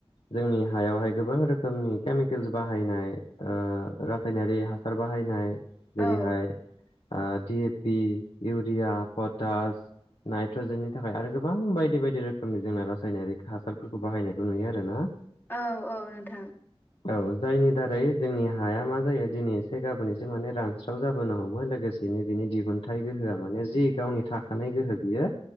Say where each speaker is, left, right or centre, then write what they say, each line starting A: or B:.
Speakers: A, on the left; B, on the left.
A: जोंनि हायावहाय गोबां रोखोमनि केमिकेल बाहायनाय, ओ रासायनारि हासार बाहायनाय जेरैहाय-
B: औ
A: आ डिएपि, इउरिया, पटास नाइट्रजेननि थाखाय आरो गोबां बायदि बायदि रोखोमनि जोंना रासायनारि हासारफोरखौ बाहायनायखौ नुयो आरो ना।
B: औ औ नोंथां
A: औ जायनि दारै जोंनि हाया मा जायो दिनै एसे गाबोन एसे माने रानस्राव जाबोनो हमो लोगोसेनो बिनि दिहुनथाइ गोहोआ माने जि गावनि थाखानाय गोहो बियो